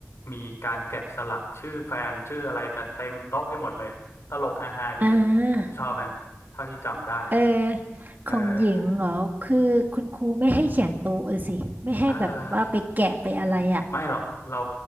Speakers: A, on the left (about 65°); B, on the right (about 40°).
A: มีการแกะสลักชื่อแฟนชื่ออะไรกันเต็มโต๊ะไปหมดเลยตลกฮาๆดีอะผมชอบนะเท่าที่จำได้
B: อ่า เออ
A: เออ
B: ของหญิงเหรอ คือคุณครูไม่ให้เขียนโต๊ะเลยสิ ไม่ให้แบบว่าไปแกะไปอะไรอ่ะ
A: เออ ไม่หรอกเรา